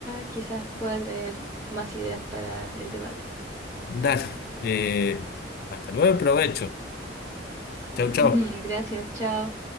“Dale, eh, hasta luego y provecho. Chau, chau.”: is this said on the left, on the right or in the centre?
Left